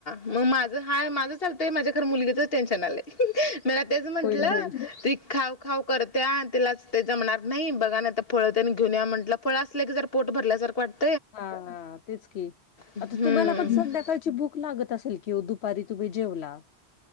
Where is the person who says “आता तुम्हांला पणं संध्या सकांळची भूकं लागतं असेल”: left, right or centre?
Left